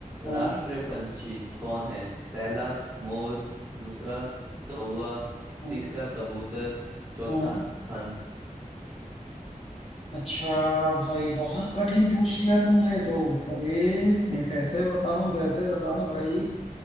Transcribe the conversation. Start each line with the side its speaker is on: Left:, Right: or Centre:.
Right: राष्ट्रीय
Left: हम्म
Right: पंछी कौन है पहला मोर दूसरा कौवा
Left: हम्म।
Right: तीसरा कबूतर चौथा
Left: हम्म।
Right: हंस
Left: अच्छा भाई बहुत कठिन पूछ लिया तुमने तो अरे
Right: <laughs>
Left: मैं कैसे बताऊं कैसे बताऊं भाई